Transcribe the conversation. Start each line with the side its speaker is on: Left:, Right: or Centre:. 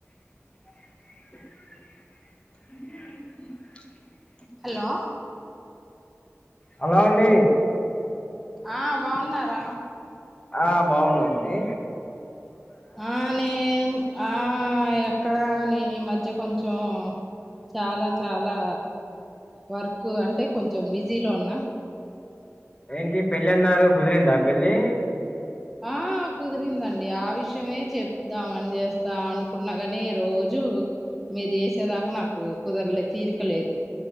Left: <inaudible>
Centre: Hello
Left: hello అండి
Centre: ఆ బావూన్నారా
Left: ఆ బావున్నామండి
Centre: ఆ నే ఆ ఎక్కడ నే ఈ మధ్య కొంచం చాలా చాలా వర్క్ అంటే కొంచెం బిజీలో ఉన్నా
Left: ఏంటి పెళ్ళి అన్నారు కుదిరిందా పెళ్ళి
Centre: ఆ కుదిరిందండి ఆ విషయమే చెప్దామని చేస్తా అనుకున్నా కాని రో జు మీరు చేసేదాకా నాకు కుదరలే తీరికలేదు.